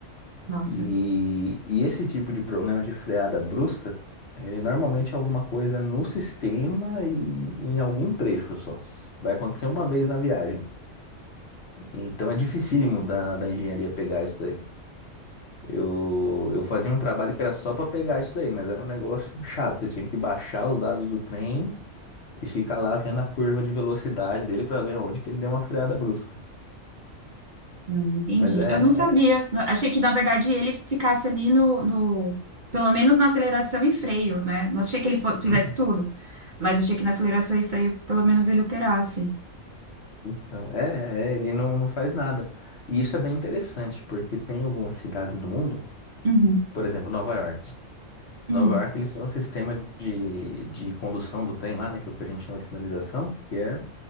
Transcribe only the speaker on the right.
Nossa.
Hum, entendi.
Eu não sabia.
Não- Achei que, na verdade, ele ficasse ali no, no- pelo menos na aceleração e freio, né? Não achei que ele fo- fizesse
tudo, mas achei que na aceleração e freio, pelo menos ele operasse.
Uhum,
uhum,